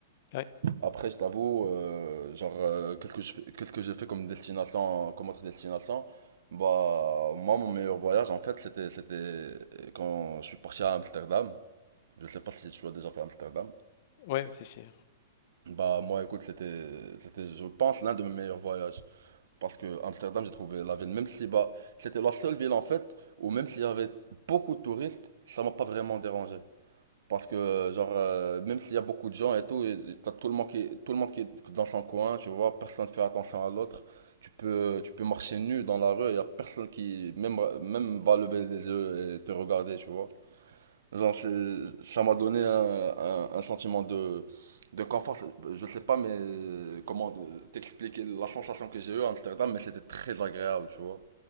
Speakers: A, on the left; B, on the right.
A: Ouais,
B: Après, je t'avoue, euh, genre, euh, qu'est-ce que je fais, qu'est-ce que j'ai fait comme destination, comme autre destination? Bah, moi, mon meilleur voyage, en fait, c'était, c'était euh, quand je suis parti à Amsterdam. Je sais pas si tu as déjà fait Amsterdam.
A: ouais, si, si.
B: Bah, moi, écoute, c'était, c'était, je pense, l'un de mes meilleurs voyages. Parce que Amsterdam, j'ai trouvé la ville, même si, bah, c'était la seule ville, en fait, où même s'il y avait beaucoup de touristes, ça m'a pas vraiment dérangé. Parce que, genre, euh, même s'il y a beaucoup de gens et tout, et et t'as tout le monde qui, tout le monde qui est dans son coin, tu vois, personne fait attention à l'autre. Tu peux, tu peux marcher nu dans la rue, il y a personne qui, même, même va lever les yeux et te regarder, tu vois. Genre, c'est- ça m'a donné un, un, un sentiment de, de confort. C'est- Je sais pas, mais euh, comment de- t'expliquer la sensation que j'ai eue à Amsterdam, mais c'était très agréable, tu vois.